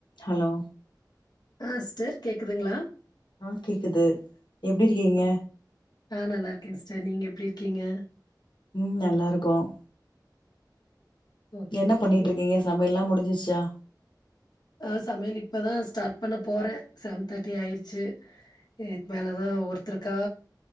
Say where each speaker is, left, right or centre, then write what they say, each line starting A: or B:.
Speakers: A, on the left; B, on the left.
A: Hello
B: ஆ sister கேக்குதுங்களா
A: ஆஹ் கேக்குது எப்டி இருக்கீங்க
B: ம். ஆ நல்லா இருக்கேன் சிஸ்டர். நீங்க எப்டி இருக்கீங்க
A: உம் நல்லாருக்கோம்
B: ஓகே
A: என்ன
B: ஓகே.
A: பண்ணிட்டு இருக்கீங்க சமையல்லாம் முடிஞ்சிச்சு சா
B: ஆஹ் சமையல் இப்பதான் ஸ்டார்ட் பண்ண போறேன் செவன் தேர்ட்டி ஆயிடுச்சு இதுக்கு மேலதான் ஒவ்வொருத்தருக்கா